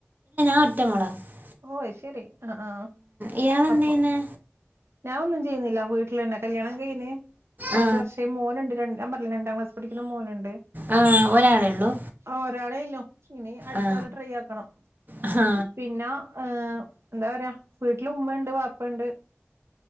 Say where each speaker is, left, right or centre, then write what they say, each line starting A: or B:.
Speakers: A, on the right; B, on the right.
A: <inaudible>
B: ഓ ഐശരി ആ ആ
A: ഇയാളെന്ത്
B: അപ്പൊ
A: ചെയ്യുന്നേ
B: ഞാ ഒന്നും ചെയ്യുന്നി ഇല്ലാ വീട്ടില് അന്നെ കല്യാണം കയിന് കുറച്ച്
A: ആ
B: വർഷേ ഈ മോനുണ്ട് രണ്ടാം പറില്ല രണ്ടാം ക്ലാസ് പഠിക്കുന്ന മോനുണ്ട്
A: ആ ഒരാളേ ഉള്ളൂ
B: അവ ഒരാളെ ഇല്ലോ ഇനി അടുത്താാല
A: ആ
B: ട്രൈ ആക്കണം
A: ആ
B: പിന്നെ ഏ എന്താ പറയാ വീട്ടില് ഉമ്മുണ്ട് പാപ്പുണ്ട്